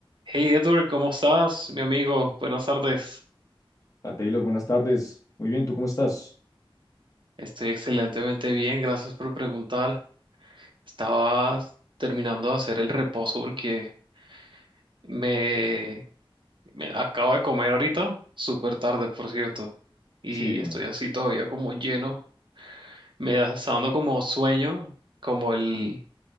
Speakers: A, on the right (about 60°); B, on the left (about 35°).
A: Hey Edward, ¿cómo estás, mi amigo? Buenas tardes.
B: La Taylor, buenas tardes. Muy bien, ¿tú cómo estás?
A: Estoy excelentemente bien, gracias por preguntar. Estaba terminando de hacer el reposo porque me, me acabo de comer ahorita, súper tarde, por cierto, y
B: Sí,
A: estoy así todavía como lleno. Me da- está dando como sueño, como el,